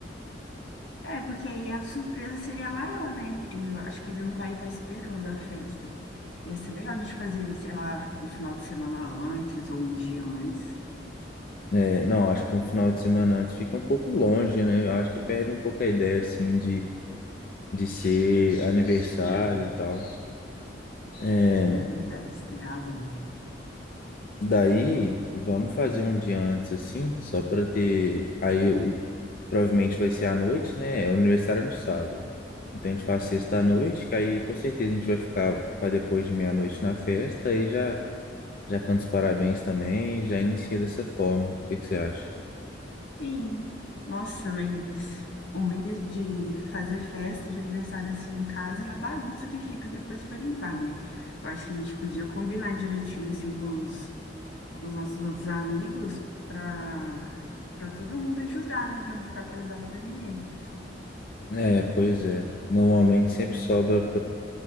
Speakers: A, on the left; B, on the left.
A: É, porque aí a surpresa seria maior, né? Eu acho que ele não vai estar esperando a festa. Ia ser legal a gente fazer, sei lá, no final de semana antes ou um dia antes.
B: É, não, acho que um final de semana antes fica um pouco longe, né? Eu acho que perde um pouco a ideia, assim, de, de ser aniversário
A: É,
B: e tal. É,
A: é verdade, você tem razão.
B: Daí, vamos fazer um dia antes, assim, só para ter. Aí, o- provavelmente vai ser à noite, né? é O aniversário é no sábado. Então, a gente faz sexta à noite, que aí com certeza a gente vai ficar para depois de meia-noite na festa. Aí já, já canta os parabéns também, já inicia dessa forma. O que que você acha?
A: Sim. Nossa, mas o ruim de de fazer festa de aniversário assim em casa é a bagunça que fica depois para limpar, né? Eu acho que a gente podia combinar direitinho assim com os, com os nossos outros amigos para para todo mundo ajudar, né? Para não ficar pesado para ninguém.
B: É, pois é. Normalmente sempre sobra